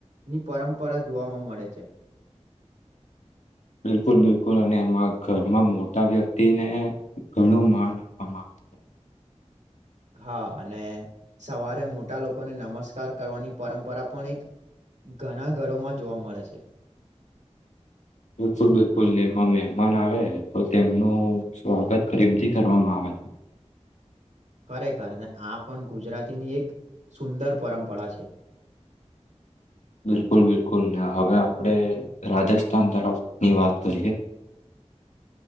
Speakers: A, on the right; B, on the left.
A: ની પરંપરા જોવામાં મળે છે
B: બિલકુલ બિલકુલ અને એમાં ઘર એમાં મોટા વ્યક્તિને ઘણું માન આપવામાં આવે છે
A: હા અને સવારે મોટા લોકોને નમસ્કાર કરવાની પરંપરા પણ એક ઘણા ઘરોમાં જોવા મળે છે,
B: <inaudible> બિલકુલ બિલકુલ ને એમાં મમાન આવે તો તેમનું સ્વાગત કરીરીમથી કરવામાં આવે <inaudible>
A: ખરેખર ને આ પણ ગુજરાતીની એક સુંદર પરંપરા છે,
B: <inaudible> બિલકુલ બિલકુલને હવે આપડે રાજસ્થાન તરફની વાત કરીએ. <inaudible>